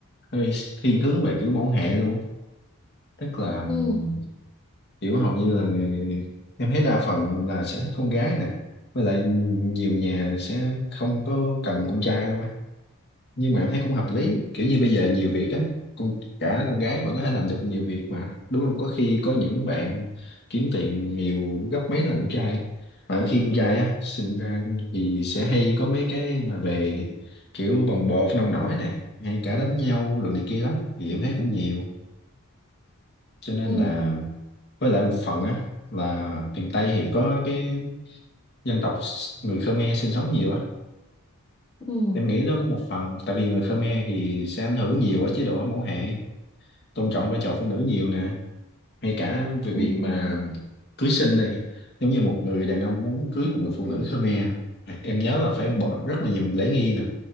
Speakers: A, on the left (about 50°); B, on the left (about 25°).
A: hơi thiên hướng về kiểu mẫu hệ luôn á. Tức là ừm,
B: ừ
A: kiểu hầu như là người em thấy đa phần là sẽ thích con gái nè. Với lại nhiều nhà sẽ không có cần con trai luôn á nhưng mà em thấy cũng hợp lý kiểu như bây giờ nhiều việc á con cả con gái vẫn có thể làm được nhiều việc mà đúng không có khi có những bạn kiếm tiền nhiều gấp mấy lần con trai mà khi con trai á sinh ra thì sẽ hay có mấy cái mà về kiểu bồng bột nông nổi này hay cả đánh nhau rồi này kia lắm thì em thấy cũng nhiều cho nên
B: ừ
A: là với lại một phần á là miền Tây thì có cái dân tộc người Khmer sinh sống nhiều á
B: ừ
A: em nghĩ đó có một phần tại vì người Khmer thì sẽ ảnh hưởng nhiều ở chế độ hâm mẫu hệ tôn trọng vai trò phụ nữ nhiều nè hay cả về
B: ừ
A: việc mà cưới xin đi giống như một người đàn ông muốn cưới một người phụ nữ Khmer em nhớ là phải bỏ rất là nhiều lễ nghi nè